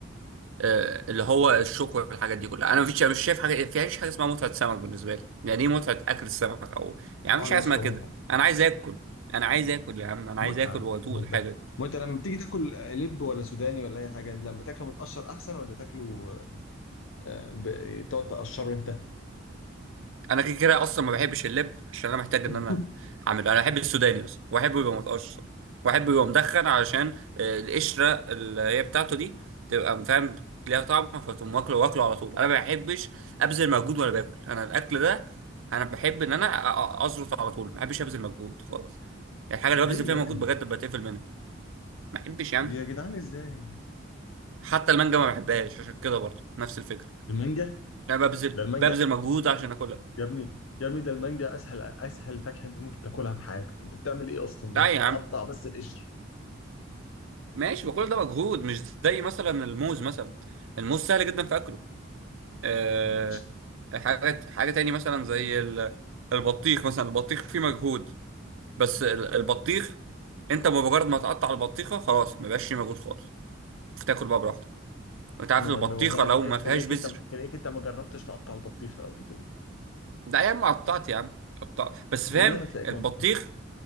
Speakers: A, on the right; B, on the left.
A: آه، اللي هو الشوك والحاجات دي كلها انا مفيش مش شايف حاجه فيش حاجه اسمها متعه سمك بالنسبه لي يعني ايه متعه اكل السمك او يعني
B: اه
A: مفيش
B: يا
A: حاجه
B: اسطى
A: اسمها كده
B: متعه
A: انا عايز اكل انا عايز اكل يا عم انا
B: متعه
A: عايز اكل وادوق
B: ما انت
A: الحاجه
B: ما انت لما بتيجي تاكل لب ولا سوداني ولا اي حاجه لما تاكله متقشر احسن ولا تاكله آه، ب- تقعد تقشره انت
A: انا كده كده اصلا ما بحبش اللب عشان انا محتاج
B: <laughs>
A: ان انا اعمله انا بحب السوداني اصلا واحبه يبقى متقشر واحبه يبقى مدخن علشان آه، القشره اللي هي بتاعته دي تبقى فاهم ليها طعم فتقوم واكله واكله على طول انا ما بحبش ابذل مجهود وانا باكل انا الاكل ده انا بحب ان انا أ- أ- ازرط على طول ما بحبش ابذل مجهود خالص الحاجه اللي
B: ليه
A: ببذل فيها
B: يا
A: مجهود
B: ابني
A: بجد بتقفل منها ما بحبش يا
B: يا
A: عم
B: جدعان ازاي
A: حتى المانجا ما بحبهاش عشان كده برضه نفس الفكره
B: المانجا
A: انا ببذل
B: ده المانجا
A: ببذل مجهود عشان اكلها
B: يا ابني يا ابني ده المانجا اسهل اسهل فاكهه انت ممكن تاكلها في حياتك انت بتعمل ايه اصلا
A: لا
B: ده انت
A: يا
B: بتقطع
A: عم
B: بس القشر
A: ماشي بقول ده مجهود مش زي مثلا الموز مثلا الموز سهل جدا في اكله أه
B: <laughs>
A: حاجه حاجه تاني مثلا زي ال- البطيخ مثلا البطيخ فيه مجهود بس ال- البطيخ انت بمجرد ما تقطع البطيخه خلاص ما بقاش فيه مجهود خالص تاكل بقى براحتك انت عارف
B: نعم
A: البطيخه
B: والله
A: لو
B: انت-
A: ما فيهاش
B: تلاقيك
A: بذر
B: انت تلاقيك انت ما جربتش تقطع البطيخه قبل كده
A: ده يا عم قطعت يا عم قطعت بس
B: والله
A: فاهم
B: هتلاقيك
A: البطيخ
B: ما